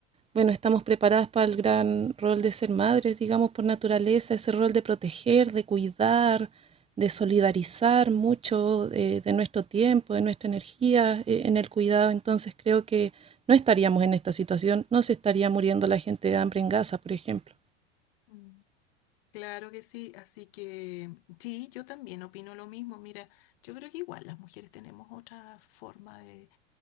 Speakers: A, on the right; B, on the left.
A: bueno, estamos preparadas para el gran rol de ser madres, digamos, por naturaleza, ese rol de proteger, de cuidar, de solidarizar mucho de, de nuestro tiempo, de nuestra energía eh, en el cuidado. Entonces creo que no estaríamos en esta situación, no se estaría muriendo la gente de hambre en Gaza, por ejemplo.
B: Mm. Claro que sí, así que sí, yo también opino lo mismo. Mira, yo creo que igual las mujeres tenemos otra forma de,